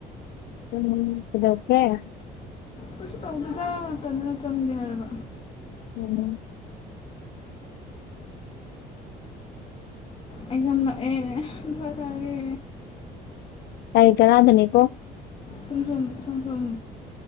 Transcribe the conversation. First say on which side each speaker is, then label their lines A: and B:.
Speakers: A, on the left (about 70°); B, on the left (about 35°).
A: <unintelligible>
B: ꯀꯩꯁꯨ ꯇꯧꯗꯦꯗ ꯇꯟꯗꯅ ꯆꯪꯗꯦ ꯍꯥꯏꯔꯒ
A: ꯎꯝ
B: ꯑꯦꯛꯖꯥꯝ ꯅꯛ ꯑꯦ ꯃꯊꯥ ꯁꯥꯏꯌꯦ
A: ꯇꯥꯔꯤꯛ ꯇꯔꯥꯗꯅꯤꯀꯣ
B: ꯁꯨꯝ ꯁꯨꯝ ꯁꯨꯝ ꯁꯨꯝ